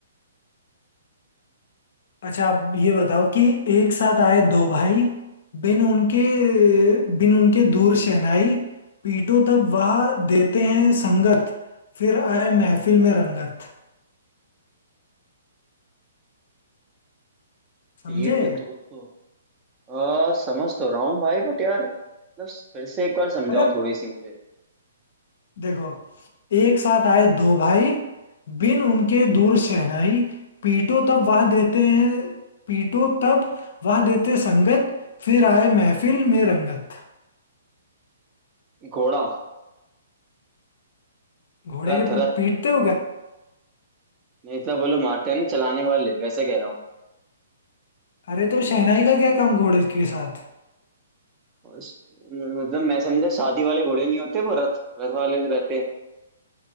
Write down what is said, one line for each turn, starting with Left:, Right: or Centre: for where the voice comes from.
Left: अच्छा आप ये बताओ कि एक साथ आए दो भाई बिन उनके बिन उनके दूर शहनाई पीटो तब वह देते हैं संगत फिर आए महफिल में रंगत समझे
Right: पीठ दो तो आ, समझ तो रहा हूँ भाई बट यार मतलब फिर से एक बार समझाओ
Left: मतलब
Right: थोड़ी सी मुझे
Left: देखो एक साथ आए दो भाई बिन उनके दूर शहनाई पीटो तब वह देते हैं पीटो तब वह देते संगत फिर आए महफिल में रंगत
Right: घोड़ा
Left: घोड़े
Right: रथ
Left: के पू-
Right: रथ
Left: पीटते हो
Right: नहीं मतलब वो लोग मारते हैं ना चलाने वाले वैसे कह रहा हूँ
Left: अरे तो शहनाई का क्या काम घोड़े के साथ
Right: उस- मतलब मैं समझा शादी वाले घोड़े नहीं होते वो रथ रथ वाले जो रहते हैं